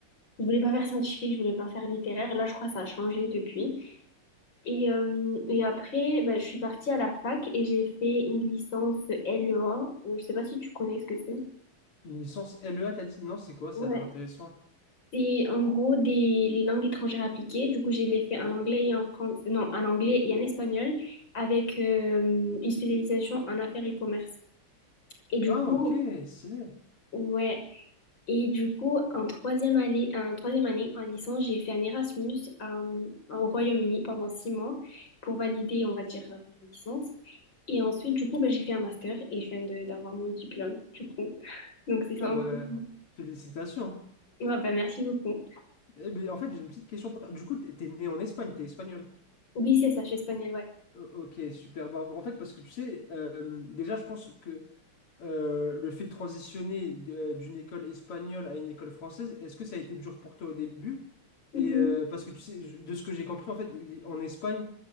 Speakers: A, on the left; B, on the left.
A: Je voulais pas faire scientifique, je voulais pas faire littéraire. Là, je crois que ça a changé depuis. Et, euh, et après, bah, je suis partie à la fac et j'ai fait une licence LE1. Euh, je sais pas si tu connais ce que c'est.
B: Une licence LEA, t'as dit? Non, c'est quoi?
A: Ouais.
B: Ça a l'air intéressant.
A: C'est en gros des, les langues étrangères appliquées. Du coup, j'ai les fait en anglais et en français, non, en anglais et en espagnol avec euh, une spécialisation en affaires et commerce. Et du
B: Ah,
A: coup,
B: ok, stylé.
A: ouais. Et du coup, en troisième année, en troisième année, en licence, j'ai fait un Erasmus euh, au Royaume-Uni pendant six mois pour valider, on va dire, euh, la licence. Et ensuite, du coup, bah, j'ai fait un master et je viens de- d'avoir mon diplôme, du coup. Donc, c'est ça
B: Ah bah,
A: en gros.
B: euh, félicitations.
A: Ouais, bah, merci beaucoup.
B: Eh ben, en fait, j'ai une petite question pour toi. Du coup, t'es t'es né en Espagne, t'es espagnol.
A: Oui, c'est ça, je suis espagnole, ouais.
B: O- ok, super. Bah, en fait, parce que tu sais, euh, déjà, je pense que euh, le fait de transitionner d- euh, d'une école espagnole à une école française, est-ce que ça a été dur pour toi au début?
A: Mhm.
B: Et euh, parce que tu sais, je- de ce que j'ai compris, en fait, les- en Espagne,